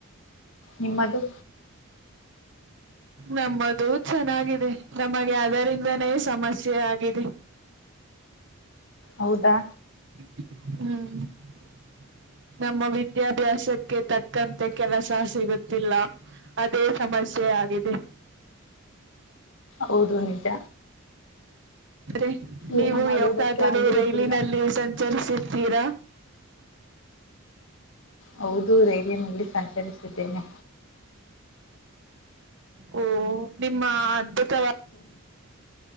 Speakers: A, on the left; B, on the right.
A: ನಿಮ್ಮದು
B: ನಮ್ಮದು ಚೆನ್ನಾಗಿದೆ ನಮಗೆ ಅದರಿಂದನೇ ಸಮಸ್ಯೆ ಆಗಿದೆ
A: ಹೌದಾ
B: ಹ್ಮ್ ನಮ್ಮ ವಿದ್ಯಾಭ್ಯಾಸಕ್ಕೆ ತಕ್ಕಂತೆ ಕೆಲಸ ಸಿಗುತ್ತಿಲ್ಲ ಅದೇ ಸಮಸ್ಯೆ ಆಗಿದೆ
A: ಹೌದು ನಿಜ
B: ಅೆ ನೀವು
A: ಏನು ಮಾಡೋದಕ್ಕೆ
B: ಯಾವಕಾದರೂ
A: ಆಗುವುದಿಲ್ಲ
B: ರೈಲಿನಲ್ಲಿ ಸಂಚರಿಸಿದ್ದೀರಾ
A: ಹೌದು ರೈಲಿನಲ್ಲಿ ಸಂಚರಿಸಿದ್ದೇನೆ
B: ಓ ನಿಮ್ಮ ಅದ್ಭುತವಾದ